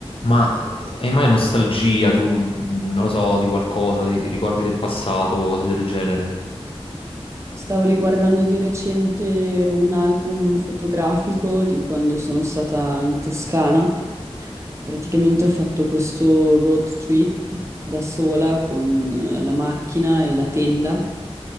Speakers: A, on the left; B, on the right.
A: Ma eh, hai mai nostalgia tu, non lo so, di qualcosa, di, di ricordi del passato, cose del genere?
B: Stavo riguardando di recente un album fotografico di quando sono stata in Toscana. Praticamente ho fatto questo road trip da sola con eh, la macchina e la tenda